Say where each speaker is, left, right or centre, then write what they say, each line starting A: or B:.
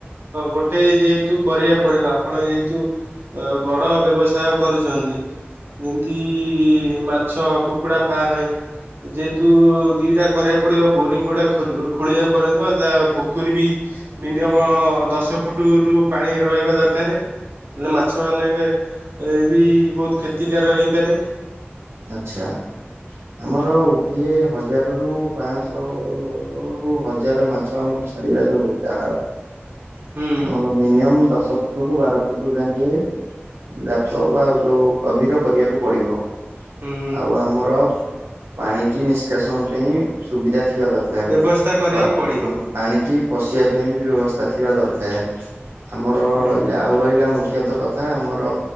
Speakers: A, on the right; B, on the right.
A: ଗୋଟେ ଯେହେତୁ କରିବାକୁ ପଡ଼ିବ ଆପଣ ଯେହେତୁ ଅ ବଡ଼ ବ୍ୟବସାୟ କରୁଛନ୍ତି ଯେମିତି ମାଛ କୁକୁଡ଼ା ଫାର୍ମରେ ଯେହେତୁ ଦିଇଟା କରିବାକୁ ପଡ଼ିବ ବୋରିଙ୍ଗ ଗୁଡ଼ା ଖ ଖୋଳେଇବାକୁ ପଡ଼ିବ ଯାହା ପୋଖରୀ ବି ମିନିମମ ଦଶ ଫୁଟ ରୁ ପାଣି ରହିବା ଦରକାର ହେଲେ ମାଛ ମାନେଙ୍କ ଏ ବି ବହୁତ କ୍ଷତିକାର ହେଇପାରେ
B: ଆଛା ଆମର ଗୋଟିଏ ହଜାର ରୁ ପାଞ୍ଚଶହ ରୁ ହଜାର ମାଛ ଆମର ଆଡିିବା ଯୋଉ ଯା
A: ହୁଁ
B: ମୋର ମିନିୟମ ଦଶ ଫୁଟ ରୁ ବାର ଫୁଟୁ ଯାଇକେ ଗାତ ବା ଆଉ ଯୋଉ ଗଭୀର କରିବାକୁ ପଡିବ
A: ହୁଁ
B: ଆଉ ଆମର ପାଣିଟି ନିଷ୍କାସନ ପାଇଁ ସୁବିଧା ଥିବା ଦର କାର
A: ବ୍ୟବସ୍ଥା କରିବାକୁ
B: ପା
A: ପଡ଼ିବ
B: ଉ ପାଣିଟି ପଶିବା ପାଇଁ ବି ବ୍ୟବସ୍ଥା ଥିବା ଦରକାର ଆମର
A: ହୁଁ।
B: ରହିଲା ଆଉ ରହିଲା ମୁଖ୍ୟତଃ କ କଥା ଆମର